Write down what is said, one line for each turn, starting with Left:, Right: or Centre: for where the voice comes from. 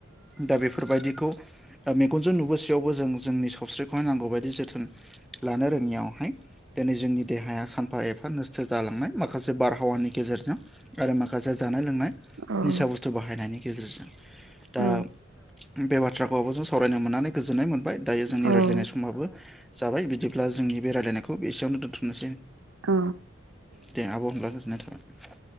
Centre: दा बेफोरबायदिखौ दा मेगनजों नुबोसेयावबो जों जोंनि सावस्रिखौहाय नांगौ बायदि जोथोन लानो रोङियावहाय दिनै जोंनि देहाया सानफा एफा नस्थ जालांनाय माखासे बार हावानि गेजेरजों आरो माखा जानाय लोंनाय
Right: औ
Centre: निसा बुस्थु बाहायनायनि गेजेरजों दा
Right: औ
Centre: बे बा थ्राखौ आबजों जों सावरायनो मोननानै गोजोननाय मोन बाय दायो जोंनि
Right: औ
Centre: रायज्लायनाय समाबो जाबाय बिदिब्ला जोंनि बे रायलायनायखौ एसेयावनो दोन्थनोसै औ
Right: औ
Centre: दे आब होनब्ला गोजोननाय थाबाय।